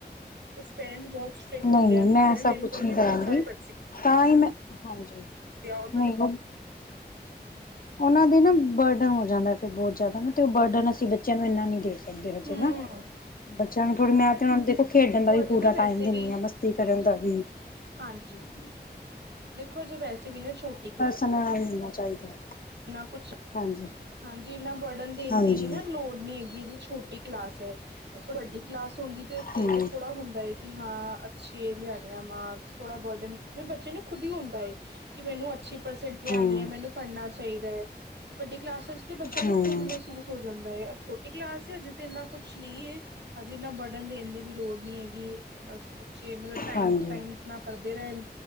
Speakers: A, on the right; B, on the left.
A: ਕੁਛ ਪੇਰੈਂਟਸ ਬਹੁਤ ਸਟ੍ਰਿਕਟ
B: ਨਹੀਂ
A: ਹੁੰਦੇ
B: ਨਹੀਂ
A: ਹਨ
B: ਮੈਂ
A: ਜਿਵੇਂ
B: ਐਸਾ
A: ਮੇਰੇ
B: ਕੁਛ
A: ਕੋਲ
B: ਨਹੀਂ
A: ਵੀ
B: ਕਰਾਂਗੀ
A: ਬਹੁਤ ਸਾਰੇ ਬੱਚੇ
B: ਤਾਂ ਹੀ ਮੈਂ ਹਾਂਜੀ
A: ਆ ਉਹਨਾਂ
B: ਨਹੀਂ
A: ਦੇ
B: ਉਹਨਾਂ ਦੇ ਨਾ ਬਰਡਨ ਹੋ ਜਾਂਦਾ ਫਿਰ ਬਹੁਤ ਜ਼ਿਆਦਾ ਨਾ ਤੇ ਉਹ ਬਰਡਨ ਅਸੀਂ ਬੱਚਿਆਂ ਨੂੰ ਇੰਨਾ ਨੀ ਦੇ ਸਕਦੇ ਹਜੇ
A: ਹੂੰ
B: ਨਾ ਬੱਚਿਆਂ ਨੂੰ ਥੋੜੀ ਮੈਂ ਤੇ ਉਹ ਨੂੰ ਦੇਖੋ ਖੇਡਣ ਦਾ ਵੀ
A: ਅੱਜ
B: ਪੂਰਾ
A: ਤਾਂ ਵੈਸੇ
B: ਟਾਈਮ ਦਿੰਦੀ
A: ਵੀ
B: ਹਾਂ ਮਸਤੀ ਕਰਨ ਦਾ ਵੀ
A: ਹਾਂਜੀ ਦੇਖੋ ਅਜੇ ਵੈਸੇ ਵੀ ਨਾ ਛੋਟੀ ਕਲਾਸ
B: ਇਨ੍ਹਾਂ ਨਾਲ ਵੀ ਮਿਲਣਾ ਚਾਹੀਦਾ।
A: ਨਾ ਕੁਛ
B: ਹਾਂਜੀ
A: ਹਾਂਜੀ ਇੰਨਾ ਬਰਡਨ ਦੇਣ
B: ਹਾਂਜੀ
A: ਦੀ ਵੀ ਨਾ ਲੋੜ ਨੀ ਹੈਗੀ ਹੈ ਜੇ ਛੋਟੀ ਕਲਾਸ ਹੈ ਥੋੜ ਵੱਡੀ ਕਲਾਸ ਹੁੰਦੀ ਤੇ
B: ਹਮ
A: ਤੇ ਥੋੜਾ ਹੁੰਦਾ ਹੈ। ਕਿ ਹਾਂ ਅੱਛੇ ਲਿਆਣੇ ਆ ਮਾਰਕਸ ਥੋੜਾ ਬਰਡਨ ਬੱਚੇ ਨੂੰ ਖੁਦ ਹੀ ਹੁੰਦਾ ਹੈ। ਕਿ ਮੈਨੂੰ ਅੱਛੀ ਪਰਸੇਂਟ ਲਿਆਣੀ
B: ਹਮ
A: ਮੈਨੂੰ ਪੜਨਾ ਚਾਹੀਦਾ ਹੈ ਵਡੀ ਕਲਾਸ ਵਿਚ ਬੱਚਿਆਂ
B: ਹਮ
A: ਨੂੰ ਖੁਦ ਮਹਿਸੂਸ ਹੋ ਜਾਂਦਾ ਹੈ ਛੋਟੀ ਕਲਾਸ ਹੈ ਅਜੇ ਤੇ ਇੰਨਾ ਕੁਛ ਨਹੀਂ ਹੈ। ਹਜੇ ਇਨਾ ਬਰਡਨ ਦੇਣ ਦੀ ਵੀ ਲੋੜ ਨਹੀਂ ਹੈਗੀ ਬਸ ਜੇ ਮਤਲਬ ਟਾਈਮ
B: ਹਾਂਜੀ
A: ਟੂ ਟਾਈਮ ਆਪਣਾ ਕਰਦੇ ਰਹਿਣ